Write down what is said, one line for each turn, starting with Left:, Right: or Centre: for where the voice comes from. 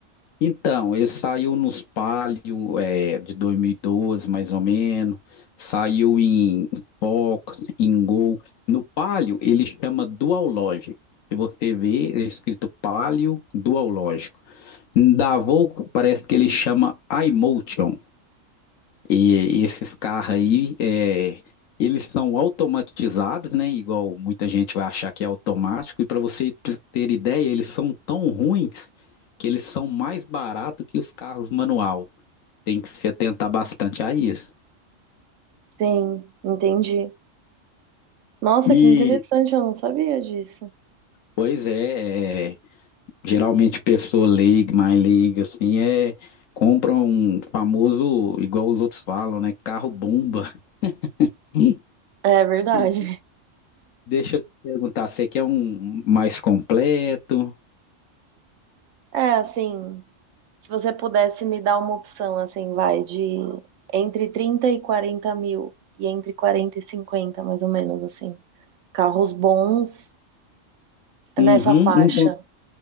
Left: Então, ele saiu nos Palio, é, de 2012, mais ou menos, saiu em Fox, em Gol. No Palio, ele chama Dual Logic. Se você ver, é escrito Palio Dual Lógico. Da Volvo, parece que ele chama iMotion. E esses carros aí, é, eles são automatizados, né? Igual muita gente vai achar que é automático. E para você t- ter ideia, eles são tão ruins que eles são mais baratos que os carros manual. Tem que se atentar bastante a isso.
Right: Sim, entendi. Nossa,
Left: E,
Right: que interessante, eu não sabia disso.
Left: pois é, é, geralmente pessoa leiga, mais leiga, assim, é, compra um famoso, igual os outros falam, né? Carro bomba. <laughs>
Right: É verdade.
Left: E deixa eu te perguntar, você quer um mais completo?
Right: É, assim, se você pudesse me dar uma opção, assim, vai, de entre 30 e 40 mil, e entre 40 e 50, mais ou menos, assim. Carros bons
Left: Uhum,
Right: nessa faixa.
Left: um ponto-